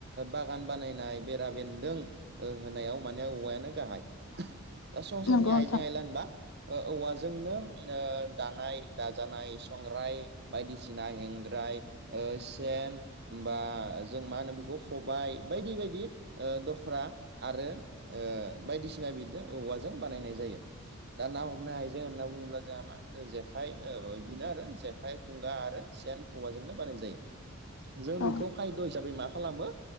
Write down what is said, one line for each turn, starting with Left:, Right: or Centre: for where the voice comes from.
Right: बागान बानायनाय बेरा बेन्दों ओ होनायाव माने औवायानो गाहाय दा संसारनि
Left: नंगौ नोंथां
Right: आइजें-आइला होनबा ओ औवाजोंनो ओ दानाय दाजानाय संग्राय बायदिसिना हेंग्राय ओ सेन होमबा जों मा होनो बेखौ खबाय बायदि बायदि ओ दख्रा आरो बायदिसिना ओ बिजों औवाजों बानायनाय जायो। दा ना हमनाय आइजें होनना बुङोब्ला जोंहा मा जेखाइ बेनो आरो जेखाइ खबाय आरो सेन औवाजोंनो बानाय जायो। जों
Left: औ
Right: बेखौ खायद' हिसाबै मा खालामो